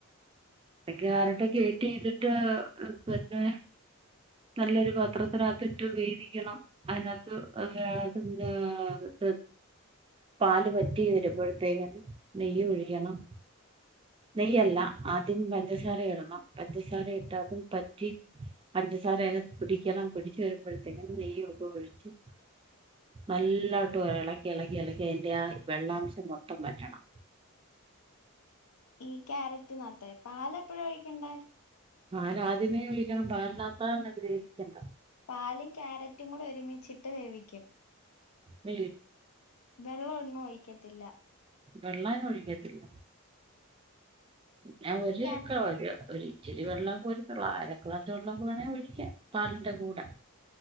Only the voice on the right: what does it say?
പിന്നെ ക്യാരറ്റ് ഗ്രേറ്റിയെത്തിട്ട് ചെയ്തിട്ട് പിന്നെ നല്ലൊരു പത്രത്തിനകത്തിട്ട് വേതിക്കണം അതിനകത്ത് ഏർ അത് പാല് പറ്റി വരുമ്പോഴത്തേക്കന് നെയ്യ് ഒഴിക്കണം നെയ്യല്ല ആദ്യം പഞ്ചസാര ഇടണം പഞ്ചസാര ഇട്ടതും പറ്റി പഞ്ചസാര അ പിടിക്കണം പിടിച്ച് വരുമ്പോഴത്തേക്കും നെയ്യ് ഒക്കെ ഒഴിച്ച് നല്ലോട്ട് ഇളക്കി ഇളക്കി ഇളക്കി അതിന്റെ ആ വെള്ളാംശം മൊത്തം പറ്റണം
പാല് ആദ്യമേ ഒഴിക്കണം പലിനാത്താ ഇത് ഇരിക്കണ്ടത്
മ
വെള്ളന് ഒഴിക്കത്തില്ല ഞാൻ <unintelligible>
ഇച്ചിരി വെള്ളമൊക്കെ <unintelligible> അര ക്ലാസ് വെള്ളമൊക്കെ വേണേ ഒഴിക്കാ പാലിന്റെ കൂടെ.